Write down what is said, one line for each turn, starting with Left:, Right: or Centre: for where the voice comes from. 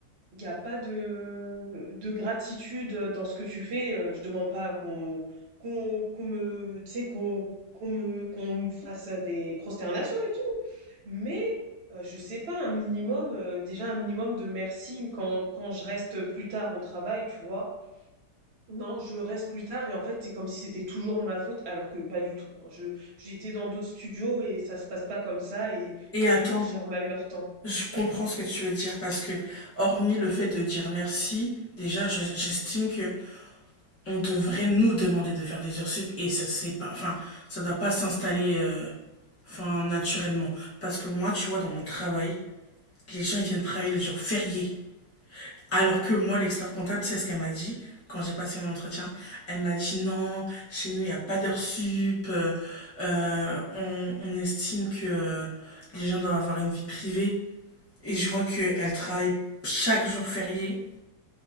Right: Il n'y a pas de, de gratitude euh, dans ce que tu fais. euh, Je demande pas qu'on qu'on qu'on me, tu sais, qu'on qu'on me, qu'on me fasse des prosternations et tout. Mais euh, je sais pas, un minimum, euh, déjà un minimum de merci quand, quand je reste plus tard au travail, tu vois. Non, je reste plus tard et en fait, c'est comme si c'était toujours de ma faute, alors que pas du tout. hein. Je, j'étais dans d'autres studios et ça se passe pas comme ça et
Left: Et
Right: c'est
Left: attends,
Right: eux qui gèrent mal leur temps.
Left: je comprends ce que tu veux dire parce que, hormis le fait de dire merci, déjà, je- j'estime que on devrait nous demander de faire des heures sup et ça c'est pas, enfin, ça doit pas s'installer, euh, enfin, naturellement. Parce que moi, tu vois, dans mon travail, les gens ils viennent travailler les jours fériés. Alors que moi, l'expert comptable, tu sais ce qu'elle m'a dit quand j'ai passé mon entretien Elle m'a dit non, chez nous, il n'y a pas d'heures sup. euh, euh, on, on estime que euh, les gens doivent avoir une vie privée. Et je vois qu'elle travaille chaque jour férié.